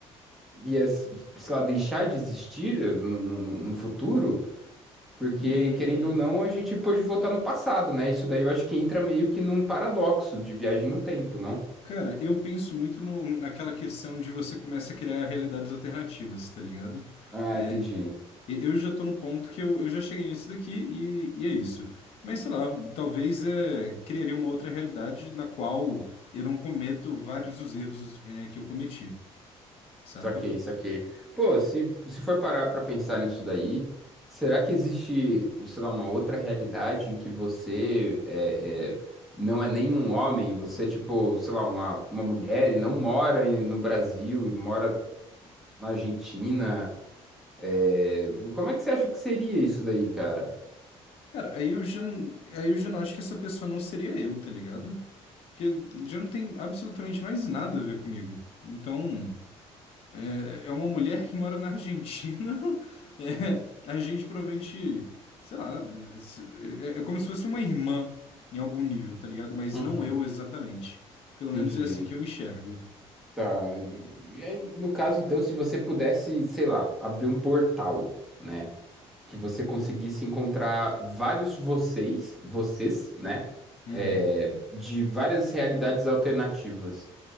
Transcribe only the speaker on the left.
Hum.
Cara, eu penso muito no- no- naquela questão de você começa a criar realidades alternativas, tá ligado?
É,
e- eu já tô no ponto que eu, eu já cheguei nisso daqui e, e é isso. Mas sei lá, talvez é, criaria uma outra realidade na qual eu não cometo vários dos erros é, que eu cometi, saca?
Cara, aí eu já, n- aí eu já não acho que essa pessoa não seria eu, tá ligado? Porque já não tem absolutamente mais nada a ver comigo. Então. É, é uma mulher que mora na Argentina. <laughs> É, a gente provavelmente, sei lá, d- se- é, é como se fosse uma irmã em algum nível, tá ligado? Mas
não eu exatamente. Pelo
menos é assim que eu enxergo.
Uhum.